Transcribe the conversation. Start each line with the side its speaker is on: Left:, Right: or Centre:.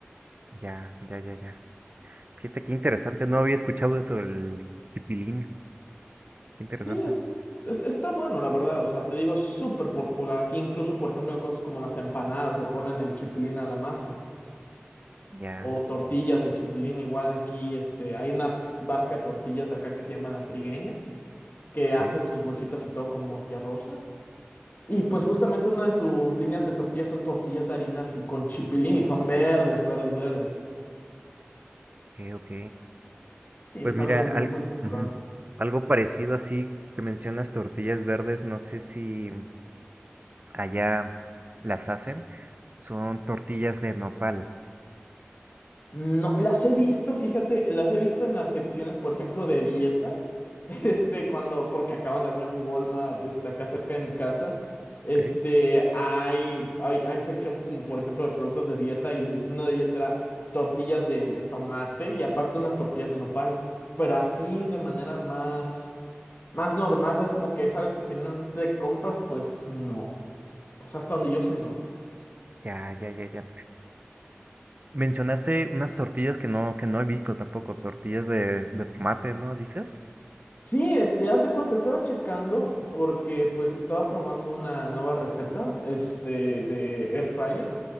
Right: ya, ya, ya, ya. Fíjate qué interesante, no había escuchado eso del el pilín, qué interesante.
Left: Sí, es, es- está bueno, la verdad, o sea, te digo, es súper popular aquí, incluso por ejemplo en cosas como las empanadas le ponen el chipilín a la masa,
Right: Ya,
Left: o tortillas de chipilín, igual aquí, este, hay una marca de tortillas de acá que se llama La Trigueña que
Right: ok,
Left: hacen sus bolsitas y todo como tía Rosa. Y pues justamente una de sus líneas de tortillas son tortillas de harina así con chipilín y son verdes, verdes, verdes.
Right: ok, ok.
Left: Sí,
Right: Pues
Left: es
Right: mira,
Left: algo muy
Right: al-
Left: popular.
Right: ujú, algo parecido así que mencionas tortillas verdes, no sé si allá las hacen. Son tortillas de nopal,
Left: No, las he visto, fíjate, las he visto en las secciones, por ejemplo, de dieta, <laughs> este, cuando, porque acaban de abrir un Walmart, este, acá cerca de mi casa, este,
Right: ¿ok?
Left: hay, hay, hay sección como, por ejemplo, de productos de dieta y en- una de ellas era tortillas de, de tomate y aparte unas tortillas de nopal, pero así de manera más, más normal, ¿sabes? Como que es algo que generalmente compras, pues no, o sea, hasta donde yo sé, no.
Right: Ya, ya, ya, ya. Mencionaste unas tortillas que no, que no he visto tampoco, tortillas de, de tomate, ¿no? ¿Dices?
Left: Sí, este, hace cuenta, estaba checando porque pues estaba probando una nueva receta, este, de Air Fryer.